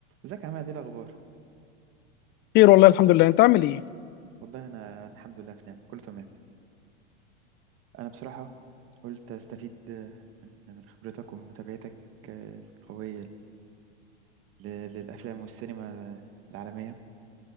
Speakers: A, on the right (about 40°); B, on the left (about 35°).
A: ازيك يا عماد ايه الاخبار
B: خير والله الحمد لله انت عامل ايه
A: والله انا الحمد لله في نعم كله تمام انا بصراحه قلت استفيد من من خبرتك ومتابعتك القويه لل- للافلام والسينما العالميه